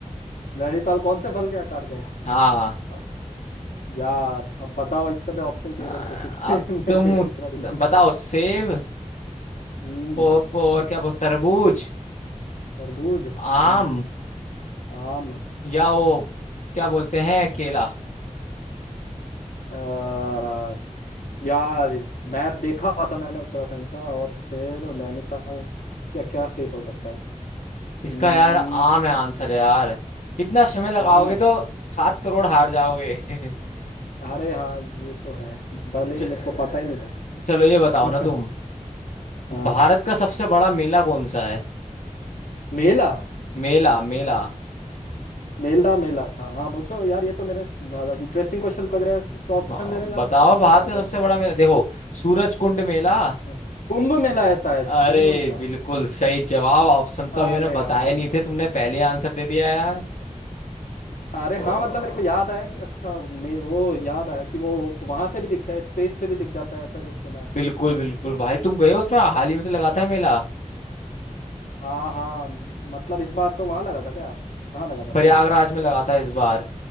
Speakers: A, on the left (about 85°); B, on the left (about 70°).
A: नैनीताल कौन से फल के आकार का
B: हाँ
A: है यार अब बताओ इसका तो ऑप्शन चाहिए
B: आ,
A: मेरे को क्योंकि
B: अब
A: <laughs> मेरे
B: तुम
A: को इतना नहीं पता
B: बताओ सेब
A: हम्म
B: पो, पो, और क्या बोल तरबूज
A: तरबूज हम्म
B: आम
A: आम
B: या वो क्या बोलते हैं केला
A: आ, यार मैप देखा हुआ था मैंने उत्तराखंड का और फिर नैनीताल क्या क्या सेफ हो सकता है हम्म
B: इसका यार आम है आंसर है यार इतना समय लगाओगे
A: आम है
B: तो सात करोड़ हार जाओगे <laughs>
A: अरे हाँ ये तो है भले
B: च-
A: ही मेरे को पता ही नहीं
B: चलो ये बताओ
A: था
B: ना तुम
A: <laughs> हाँ
B: भारत का सबसे बड़ा मेला कौन सा है
A: मेला
B: मेला मेला
A: मेला मेला हाँ पूछो यार ये तो मेरे इंटरेस्टिंग क्वेश्चन लग रहा है इसका ऑप्शन
B: हाँ,
A: देने जा
B: बताओ
A: रहा क्या
B: भारत
A: पता
B: का
A: आ जाए
B: सबसे बड़ा मेला देखो सूरज कुंड मेला
A: हाँ। कुंभ मेला है शायद
B: अरे
A: कुंभ मेला
B: बिल्कुल सही जवाब ऑप्शन तो
A: अरे
B: अभी मैंने बताए
A: हाँ
B: नहीं थे तुमने पहले आंसर दे दिया यार
A: अरे
B: वाह,
A: हाँ मतलब मेरे को याद आया कि अच्छा मैं वो याद आया कि वो वहां से भी दिखता है स्पेस से भी दिख जाता है ऐसा कुछ सुना है
B: बिल्कुल बिल्कुल
A: उसको
B: भाई तुम गए हो उसमें हाल ही में तो लगा था मेला
A: हाँ हाँ मतलब इस बार तो वहां लगा था क्या कहाँ लगा था
B: प्रयागराज
A: प्रयागराज में
B: में
A: शायद
B: लगा था इस बार